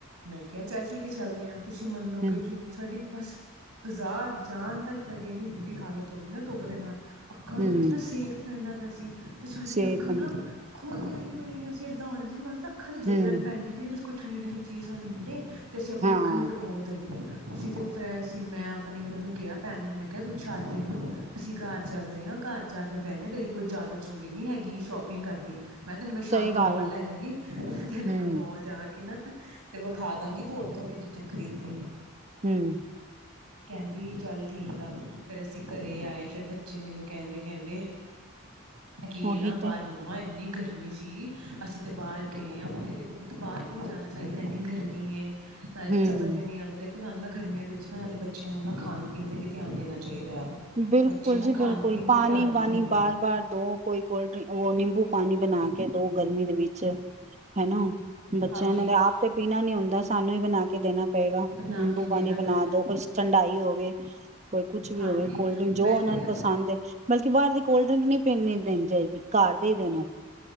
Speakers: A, on the right; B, on the right.
A: ਮੈਂ ਕਿਹਾ ਚੱਲ ਠੀਕ ਹੈ ਚੱਲਦੇ ਹ ਤੁਸੀਂ ਮੰਨੋਗੇ
B: ਹਮ
A: ਝੂੰ ਸਾਡੀ ਬਸ ਬਾਜ਼ਾਰ ਜਾਣ ਤੱਕ ਸਾਡੀ ਇੰਨੀ ਬੁਰੀ ਹਾਲਤ ਹੋ ਗਈ ਨਾ ਧੁੱਪ ਦੇ ਨਾਲ ਅੱਖਾਂ
B: ਹੂੰ,
A: ਦੇ ਵਿੱਚ ਨਾ ਸੇਕ ਪੈਂਦਾ ਵੈ ਜੀ ਤੇ ਸਾਡੀਆਂ
B: ਸਿਹਤ
A: ਅੱਖਾਂ
B: ਬਣੀ
A: ਨਾ ਖੂ ਖੁੱਲਦੀਆਂ ਨਹੀਂਈ ਪਿਆਸੀ ਇਦਾ ਹੋ ਸੀ ਪਤ ਮਸ <unintelligible> ਅੱਖਾ ਜਲਣ
B: ਹੂੰ,
A: ਪੈਂਦੀ ਪੀ ਕੋ ਠੰਡੀ ਚੀਜ਼ ਸਾਨੂੰ ਮਿਲੇ ਅਤੇ ਅਸੀਂ ਆਪਣੇ
B: ਹਾਂ
A: ਅੱਖਾ ਨੂੰ ਟਕੋਰ ਦਈ ਅਸੀਂ ਤੇ ਫਿਰ ਅਸੀਂ ਮੈਂ ਆਪਣੀ ਉਹਨੂੰ ਕਿਹਾ ਭੈਣ ਨੂੰ ਮੈਂ ਮੈ ਆਪਣੀ ਭੈਣ ਨੂੰ ਕਿਹਾ ਤੂੰ ਛੱਡ ਦੇ ਇਸ ਨੂੰ ਅਸੀਂ ਘਰ ਚਲਦੇ ਹਾਂ ਘਰ ਜਾ ਕੇ ਬਹਿੰਣੇ ਆਾਂ ਤੇਰੀ ਕੋਈ ਜ਼ਿਆਦਾ ਜ਼ਰੂਰੀ ਨੀ ਹੈਗੀ ਸ਼ੋਪਿੰਗ ਕਰਨੀ ਮੈਂ ਕਿਹਾ ਤੈਨੂੰ ਮੈਂ ਸ਼ਾਮੀ
B: ਸਹੀ ਗੱਲ
A: ਮਾਲ
B: ਆ
A: ਲੈ ਜਾਗੀ ਤੈਨੂੰ
B: ਹੂੰ,
A: ਮੈਂ ਮਲ ਜਾ ਕੇ ਨਾ ਤੇ ਵਿਖਾ ਦਾਂਗੀ ਤੂੰ ਉੱਥੋਂ ਦੀ ਜ ਖਰੀਦ ਲਈ
B: ਹਮ
A: ਕਹਿੰਦੀ ਚੱਲ ਠੀਕ ਆ ਫੇਰ ਅਸੀਂ ਘਰੇ ਆਏ ਫੇਿਰ ਬੱਚੇ ਮੈਨੂੰ ਕਹਿੰਦੇ ਕਹਿੰਦੇ ਕੀ
B: ਉਹੀ
A: ਨਾ ਬਾਹਾਰ
B: ਤੇ
A: ਮੰਮਾ ਇੰਨੀ ਗਰ ਗਰਮੀ ਸੀ ਅਸੀਂ ਤਾਂ ਬਾਹਰ ਗਏ ਹਾਂ ਮੈਂ ਕਿਹਾ ਦੇਖੋ ਬਤ ਬਾਹਰ ਵੀ ਨਹੀਂੀ ਜਾਣਾ ਚਾਹੀਦਾ ਇੰਨੀ ਗਰਮੀ ਹੈ
B: ਹੂੰ
A: ਸਮਝ ਵੀ ਨੀ ਆਉਂਦਾ ਦੇਖੋ ਗਰਮੀਆਂ ਦੇ ਵਿੱਚਨਾਂ ਵਾਲੇ ਬੱਚਿਆਂ ਨੂੰ ਉਹ ਨਾ ਖਾਣ ਪੀਣ ' ਵੀ ਧਿਆਨ ਦੇਣਾ ਚਾਹੀਦਾ ਆ
B: ਬਿਲਕੁਲ
A: ਬੱਚੇ ਨਾ
B: ਜੀ
A: ਖਾਣ
B: ਬਿਲਕੁਲ
A: ਪੀਣ
B: ਪਾਣੀ
A: ਤੇ ਧਿਆਨ ਨਹੀਂ
B: ਵਣੀ
A: ਦਿੰਦੇ
B: ਬਾਰ ਬਾਰ ਦੋ ਕੋਈ ਕੋਲਡ ਡ ਨਿੰਬੂ ਪਾਣੀ ਬਣਾ ਕੇ ਦੋ ਗਰਮੀ ਦੇ ਵਿੱਚ ਹਨਾ ਬੱਚਿਆਂ
A: ਹਾਂਜੀ
B: ਨੇ ਦੇ ਆਪ ਤੇ ਪੀਣਾ ਨੀ ਹੁੰਦਾ ਦਾ ਸਾਨੂੰ ਹੀ ਬਣਾ ਕੇ ਕੇ ਦੇਣਾ ਪਏਗਾ
A: ਬਣਾ
B: ਨਿੰਬੂ
A: ਕੇ ਦੇਣਾ
B: ਪਾਣੀ ਬਣਾ
A: ਪੈਣਾ
B: ਦੋ
A: ਹੈ
B: ਕੋਈ ਡਾਈ ਹੋਵੇ ਕੋਈ ਕੁਛ ਕੁਛ ਵੀ
A: ਹਾਂਜੀ
B: ਹੋਵੇ ਕੋਲਡ ਡਰਿੰਕ ਜੋ
A: ਮੈਂ
B: ਉਹਨਾਂ
A: ਤੇ
B: ਨੂੰ ਪਸੰਦ ਹੈ ਮਤਲਬ ਬਾਹਰ ਦੀ ਕੋਲਡ ਡਰਿੰਕ ਨਹੀ ਪੀਣ ਦੇਣੀ ਜਾਏਗੀ ਘਰ ਦੇ ਹੀ ਦੇਣੇ